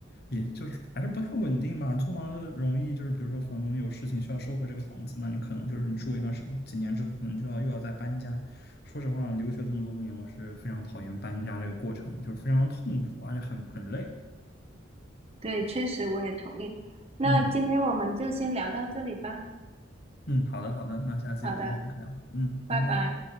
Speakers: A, on the left; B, on the right.
A: 也就是还是不太稳定吧。租房子容易就是，比如说房东有事情需要收回这个房子，那你可能就是你住一段时几年之后，可能就要又要再搬家。说实话，留学这么多年，我是非常讨厌搬家这个过程的就是非常痛苦，而且很很累。
B: 对，确实我也同意。那今天我们就先聊到这里吧。
A: 嗯嗯，好的好的，那下次有机会再聊。
B: 好的，
A: 嗯，
B: 拜拜。
A: 拜拜。